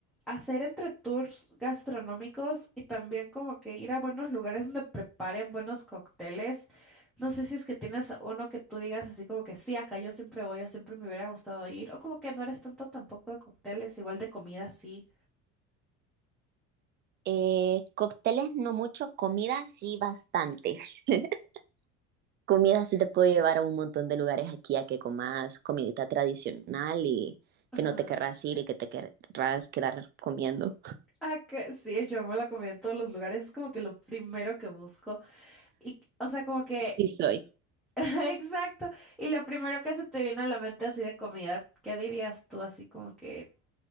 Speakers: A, in the centre; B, on the right.
A: hacer entre tours gastronómicos y también como que ir a buenos lugares donde preparen buenos cócteles. No sé si es que tienes uno que tú digas así como que sí, acá yo siempre voy, yo siempre me hubiera gustado ir. O como que no eres tanto tampoco de cócteles, igual de comida sí.
B: Eh, cócteles no mucho, comida sí bastante. <laughs> Comida sí te puedo llevar a un montón de lugares aquí a que comas comidita tradicional y
A: Ajá.
B: que no te querrás ir y que te querrás quedar comiendo.
A: Ah, que sí, yo amo la comida en todos los lugares, es como que lo primero que busco. Y, o sea, como que
B: Sí soy.
A: <laughs> Exacto. Y lo primero que se te viene a la mente así de comida, ¿qué dirías tú así como que,